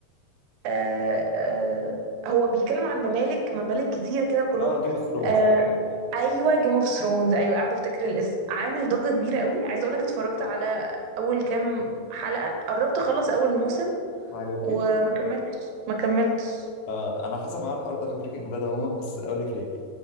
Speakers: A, on the right; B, on the left.
A: آه آه هو بيتكلم عن ممالك ممالك كتيرة كده وكلهم
B: اه جيم اوف ثرونز
A: آه ايوه جيم اوف ثرونز ايوه قاعده افتكر الاسم عامل ضجه كبيره قوي عايزه اقولك اتفرجت على اول كام حلقه قربت اخلص اول موسم
B: ما عجبكيش
A: وما كملتش ما كملتش
B: اه انا حصل معايا الحوار ده في بريكنج باد عموما بس اقول لك ليه